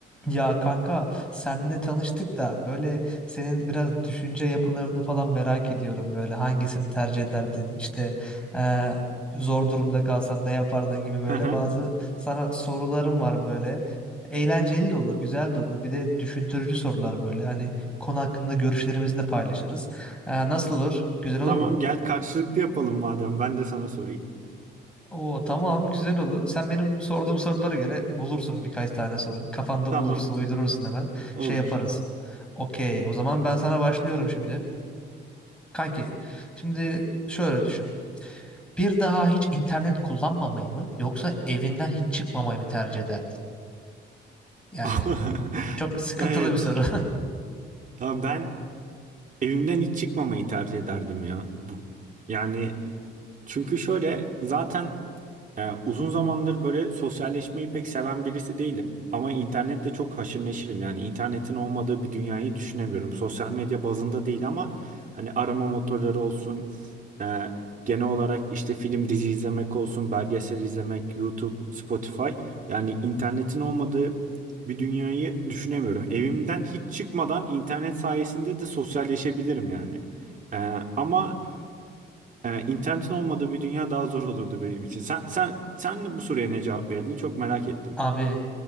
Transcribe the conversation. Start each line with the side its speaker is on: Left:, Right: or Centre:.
Centre: Ya kanka senle tanıştık da böyle senin biraz düşünce yapılarını falan merak ediyorum böyle hangisini tercih ederdin işte eee, zor durumda kalsan ne yapardın gibi böyle
Right: Hı hı.
Centre: bazı sana sorularım var böyle eğlenceli de olur güzel de olur bir de düşündürücü sorular böyle hani konu hakkında görüşlerimizi de paylaşırız Eee, nasıl olur güzel olur
Right: Tamam
Centre: mu?
Right: gel karşılıklı yapalım madem. Ben de sana sorayım.
Centre: Oo tamam güzel olur. Sen benim sorduğum sorulara göre bulursun birkaç tane soru. Kafanda
Right: Tamam
Centre: bulursun, uydurursun hemen.
Right: olur.
Centre: Şey yaparız. Okey. O zaman ben sana başlıyorum şimdi. Kanki, şimdi şöyle düşün. Bir daha hiç internet kullanmamayı mı yoksa evinden hiç çıkmamayı mı tercih ederdin? Yani
Right: <laughs>
Centre: çok sıkıntılı
Right: Evet.
Centre: bir soru.
Right: Ya ben evimden hiç çıkmamayı tercih ederdim ya. Bu yani çünkü şöyle zaten Ee, uzun zamandır böyle sosyalleşmeyi pek seven birisi değilim. Ama internette çok haşır neşirim. Yani internetin olmadığı bir dünyayı düşünemiyorum. Sosyal medya bazında değil ama hani arama motorları olsun, e, genel olarak işte film dizi izlemek olsun, belgesel izlemek, YouTube, Spotify. Yani internetin olmadığı bir dünyayı düşünemiyorum. Evimden hiç çıkmadan internet sayesinde de sosyalleşebilirim yani. Ee, ama ee, internetin olmadığı bir dünya daha zor olurdu benim için. Sen sen sen bu soruya ne cevap verdin? Çok merak
Centre: <laughs>
Right: ettim.
Centre: Abi